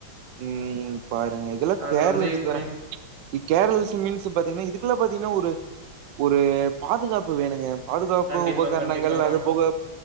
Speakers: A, on the right (about 70°); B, on the right (about 40°).
A: உம் பாருங்க இதெல்லா
B: அது
A: கேர்ளெஸ்
B: வந்து எப்படி
A: தா கேர்ளஸ் மீன்ஸ் பாத்தீங்கனா இதுக்கு இதுல பாத்தீங்கனா ஒரு ஒரு பாதுகாப்பு வேணுங்க பாதுகாப்பு
B: கண்டிப்பா,
A: உபகரணங்கள்
B: கண்டிப்பாங்க.
A: அது போக